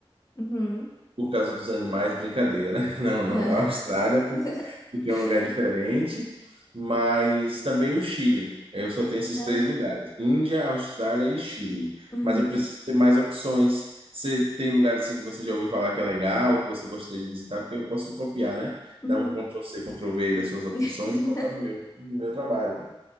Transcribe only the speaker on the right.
Por causa dos animais, brincadeira, né? <laughs> Não,
não, a Austrália, por-
porque é um lugar diferente, mas também o Chile. Eu só tenho esses
três lugares: Índia, Austrália e Chile.
Mas eu preciso ter mais opções. Você tem lugares assim que você já ouviu falar que é legal, que você gostaria de visitar, porque eu posso copiar, né?
Dar um Ctrl+C, Ctrl+V das suas opções
e botar no meu, no meu trabalho.